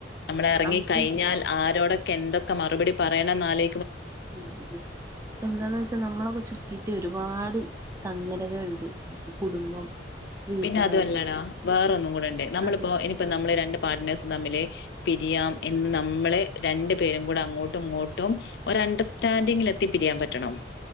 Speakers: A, on the left; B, on the right.
A: നമ്മള് ഇറങ്ങി
B: നമുക്ക്
A: കഴിഞ്ഞാൽ ആരോടൊക്കെ എന്തൊക്കെ മറുപടി പറയണം എന്നാലോ
B: ഉം എന്താന്ന് വെച്ചാ നമ്മളൊക്കെ ചുറ്റിയിട്ട് ഒരുപാട് സംഗതികള്ണ്ട് കുടുംബം വീട്ടുകാര്
A: പിന്നെ അതുമല്ലടാ വേറൊന്നും കൂടെണ്ട് നമ്മളിപ്പോ
B: അത്
A: ഇനിപ്പോ നമ്മള് രണ്ട് പാർട്ട്നേഴ്സ് തമ്മില് പിരിയാം എന്ന് നമ്മള് രണ്ടു പേരും കൂടെ അങ്ങോട്ടും ഇങ്ങോട്ടും ഒര് അണ്ടർസ്റ്റാൻഡിങ്ങിൽ എത്തി പിരിയാ യാൻപറ്റണം